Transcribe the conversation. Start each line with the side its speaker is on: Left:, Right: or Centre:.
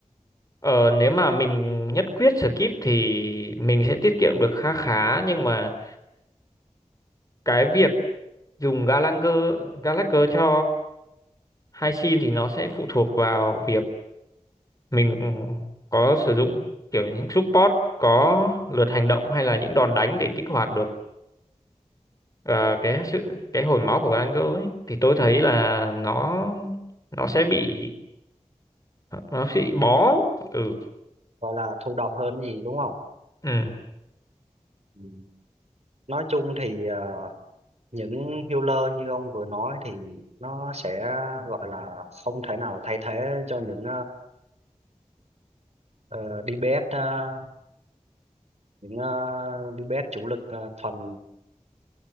Left: ờ, nếu mà mình nhất quyết skip thì mình sẽ tiết kiệm được khá khá nhưng mà cái việc dùng Gallagher Gallagher cho hai sim thì nó sẽ phụ thuộc vào việc mình ừ, có sử dụng kiểu những support có lượt hành động hay là những đòn đánh để kích hoạt được ờ, cái sự cái hồi máu của Gallagher ấy thì tôi thấy là nó nó sẽ bị nó sẽ bị bó ừ
Right: gọi là thụ động hơn gì đúng không
Left: ừ,
Right: ừ. nói chung thì ờ, những healer như ông vừa nói thì nó sẽ gọi là không thể nào thay thế cho những uh, DPS ờ, những uh, DPS chủ lực ờ, thuần